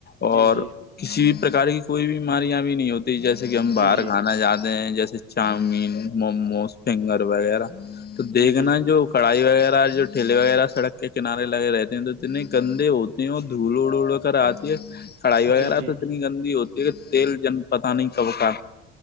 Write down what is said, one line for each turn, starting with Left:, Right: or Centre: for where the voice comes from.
Left: اور
Right: جی جی
Left: کسی بھی پرک کی کوئی بیماریاں بھی نہیں ہوتی جیسے کہ ہم
Right: جی
Left: باہر کھانا
Right: جی جی جی
Left: جاتے ہیں جیسے چاؤمین موموز فنگر وغیرہ تو دیکھنا
Right: جی جی جی
Left: جو کڑھائی وغیرہ جو ٹھیلے وغیرہ سڑک کے کنارے لگے رہتے ہیں تو اتنے گندے ہوتے وہ دھول اڑ اڑ کر آتی ہے کڑھائی وغیرہ
Right: جی جی
Left: تو اتنی گندی ہوتی ہے کہ تیل جن پت نہیں کب کا